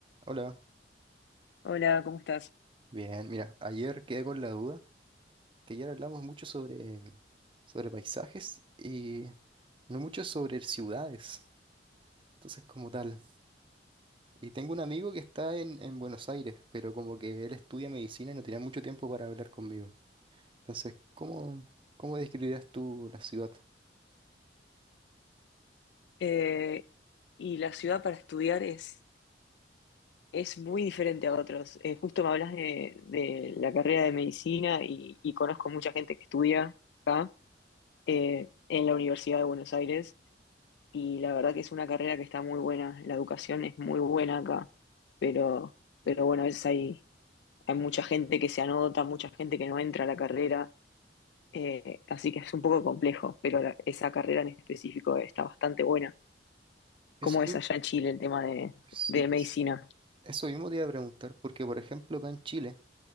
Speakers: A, on the right; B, on the left.
A: Hola,
B: Hola, ¿cómo estás?
A: bien, mira, ayer quedé con la duda que ayer hablamos mucho sobre, sobre paisajes y no mucho sobre ciudades, entonces como tal. Y tengo un amigo que está en, en Buenos Aires, pero como que él estudia medicina y no tiene mucho tiempo para hablar conmigo. Entonces, ¿cómo, cómo describirías tú la ciudad?
B: Eh, y la ciudad para estudiar es, es muy diferente a otros. Eh, justo me hablas de, de la carrera de medicina y, y conozco mucha gente que estudia acá eh, en la Universidad de Buenos Aires y la verdad que es una carrera que está muy buena. La educación es muy buena acá, pero, pero bueno, a veces hay, hay mucha gente que se anota, mucha gente que no entra a la carrera, eh, así que es un poco complejo, pero la- esa carrera en específico está bastante buena.
A: Eso
B: cómo es
A: mismo,
B: allá en Chile el tema de,
A: sí,
B: de medicina.
A: es, eso mismo te iba a preguntar, porque por ejemplo acá en Chile,